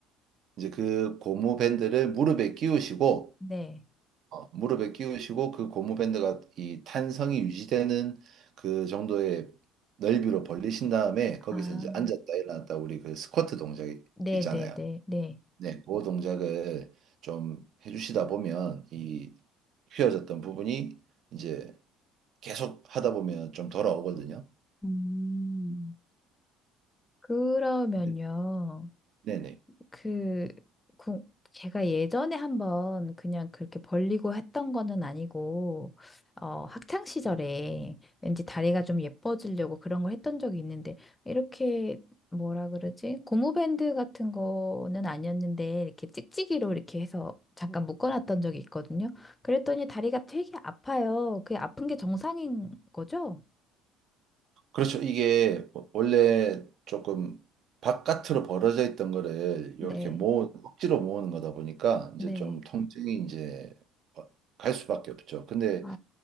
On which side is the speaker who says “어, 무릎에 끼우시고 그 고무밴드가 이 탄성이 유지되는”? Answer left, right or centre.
Right